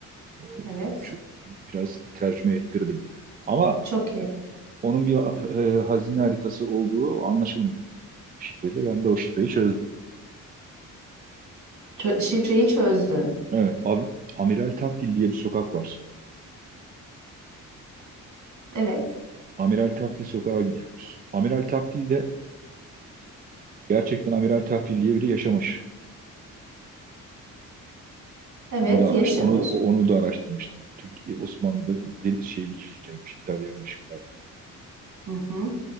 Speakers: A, on the right; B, on the right.
A: O,
B: Evet.
A: çü- biraz tercüme ettirdim. Ama
B: Çok iyi.
A: e, onun bir e, hazine haritası olduğu anlaşılmıyor şifreli. Ben de o şifreyi çözdüm.
B: Çö- şifreyi çözdün.
A: Evet. Abi, Amiral Takdil diye bir sokak var
B: Evet.
A: Amiral Taktil sokağa gidiyoruz. Amiral Taktil de gerçekten Amiral Taktil diye biri yaşamış.
B: Evet,
A: Onu da araştır,
B: yaşamış.
A: onu onu da araştırmıştım. Türkiye Osmanlı'da deniz şehircilik yapmış, İtalyanmış galiba.
B: Hı hı.